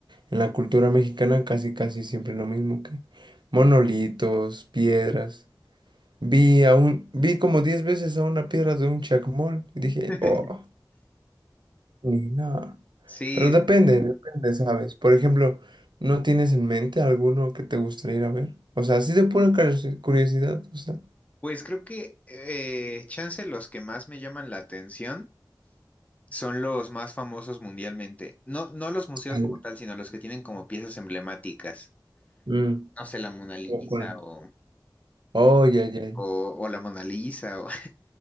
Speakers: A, on the right; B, on the left.
A: En la cultura mexicana casi casi siempre lo mismo que monolitos, piedras. Vi a un, vi como 10 veces a una piedra de un chacmol y dije,
B: <laughs>
A: oh, ni nada.
B: Sí,
A: Pero depende, depende, ¿sabes? Por ejemplo, ¿no tienes en mente alguno que te gustaría ir a ver? O sea, así de pura curiosi- curiosidad, o sea.
B: pues creo que eh, chance los que más me llaman la atención son los más famosos mundialmente. No, no los museos
A: al-
B: como tal, sino los que tienen como piezas emblemáticas.
A: Mm,
B: No sé, la Mona Lisa
A: ¿o cuál?
B: o,
A: Oh, ya, ya. ya.
B: o, o la Mona Lisa. o-